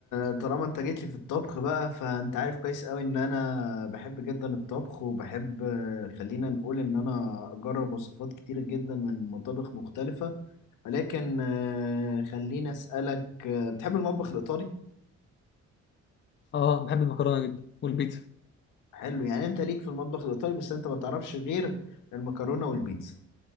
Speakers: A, on the left; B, on the left.
A: طالما انت جيت لي في الطبخ بقى فانت عارف كويس قوي ان انا بحب جدا الطبخ وبحب آه، خلينا نقول ان انا اجرب وصفات كتيرة جدا من مطابخ مختلفة ولكن آه، خليني اسألك آه، بتحب المطبخ الايطالي
B: اه بحب المكرونه جدا والبيتزا
A: حلو يعني انت ليك في المطبخ الايطالي بس انت ما تعرفش غير المكرونة والبيتزا